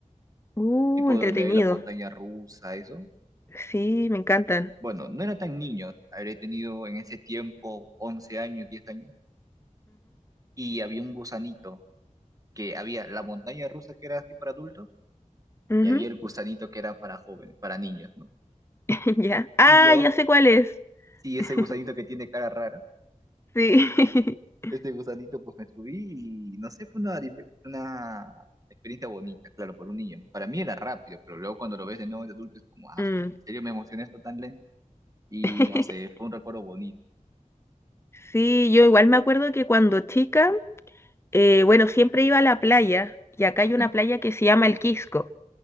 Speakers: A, on the left (about 20°); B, on the right (about 25°).
A: Uh,
B: tipo
A: entretenido.
B: donde hay la montaña rusa, eso.
A: Sí, me encantan.
B: Bueno, no era tan niño, habré tenido en ese tiempo 11 años, 10 años, y había un gusanito, que había la montaña rusa que era así para adultos,
A: Ujú,
B: y había
A: ujú.
B: el gusanito que era para jóvenes, para niños, ¿no?
A: <laughs> Ya. Ah,
B: Y yo,
A: ya sé cuál es.
B: sí, ese
A: <laughs>
B: gusanito que tiene cara rara,
A: Sí. <laughs>
B: este gusanito pues me subí y no sé, fue una, div- una experiencia bonita, claro, por un niño. Para mí era rápido, pero luego cuando lo ves de nuevo de adulto es como, ah,
A: Mm.
B: ¿en serio me emocioné esto tan lento? Y
A: <laughs>
B: no sé, fue un recuerdo bonito.
A: Sí, yo igual me acuerdo que cuando chica, eh, bueno, siempre iba a la playa y acá hay
B: <laughs>
A: una playa que se llama El Quisco.